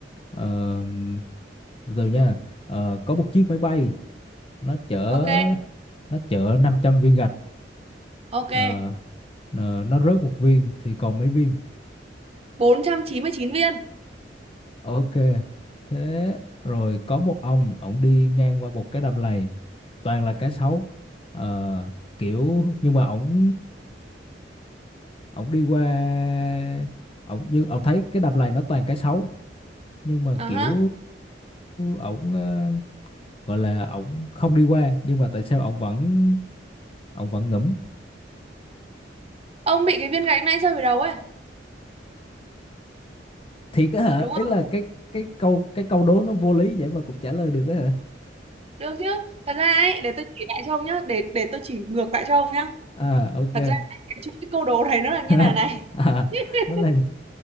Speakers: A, on the left (about 30°); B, on the right (about 35°).
A: ờm, từ từ nha. Ờ, có một chiếc máy bay nó chở
B: Ok,
A: nó chở 500 viên gạch
B: ok.
A: ờ, ờ, nó rớt một viên thì còn mấy viên
B: bốn trăm chín mươi chín viên.
A: ok thế rồi có một ông ổng đi ngang qua một cái đầm lầy toàn là cá sấu Ờ, kiểu nhưng mà ổng ổng đi qua ổng như ổng thấy cái đầm lầy nó toàn cá sấu nhưng mà
B: À
A: kiểu
B: ha.
A: ổng ờ, gọi là ổng không đi qua nhưng mà tại sao ổng vẫn ổng vẫn ngẫm
B: Ông bị cái viên gạch nãy rơi vào đầu ấy,
A: thiệt á hả
B: đúng
A: ý
B: không?
A: là cái cái câu cái câu đố nó vô lý vậy mà cũng trả lời được á hả
B: Được chứ? Thật ra ấy, để tôi chỉ lại cho ông nhá, để để tôi chỉ ngược lại cho ông nhá.
A: à ok
B: Thật ra ấy, cái chuỗi câu đố này nó là như
A: <laughs>
B: này này.
A: à,
B: <laughs>
A: nó là